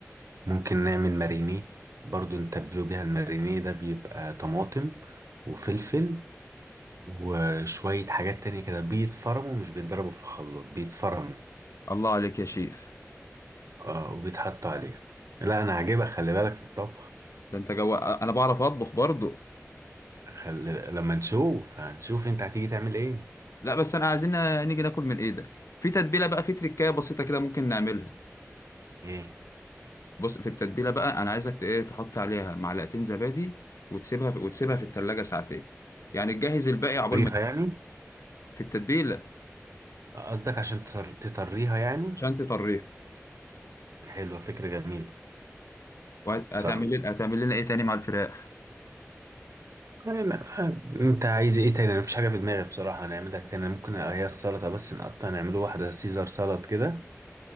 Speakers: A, on the right; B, on the left.
A: ممكن نعمل ماريني برضو نتبلو بيها الماريني ده بيبقى طماطم وفلفل وشوية حاجات تانية كده بيتفرموا مش بيتضربوا في الخلاط بيتفرموا
B: الله عليك يا شيف
A: اه وبيتحط عليها لا انا عاجبك خلي بالك في الطبخ
B: ده انت جو انا بعرف اطبخ برضو
A: خلي... لما نشوف هنشوف انت هتيجي تعمل ايه
B: لا بس انا عايزين نيجي ناكل من ايدك في تتبيله بقى في تريكايه بسيطه كده ممكن نعملها
A: ايه
B: بص في التتبيله بقى انا عايزك ت- ايه تحط عليها معلقتين زبادي وتسيبها في... وتسيبها في التلاجة ساعتين يعني تجهز الباقي عقبال
A: تطريها
B: ما
A: يعني
B: في التتبيله
A: قصدك عشان تطر... تطريها يعني
B: عشان تطريها
A: حلوة فكرة جميلة
B: وهتعمل
A: صح
B: لنا هتعمل لنا ايه تاني مع الفراخ
A: أنا انت عايز ايه تاني انا مفيش حاجه في دماغي بصراحه هنعملها تاني ممكن هي السلطه بس نقطع نعمله واحده سيزر سلطه كده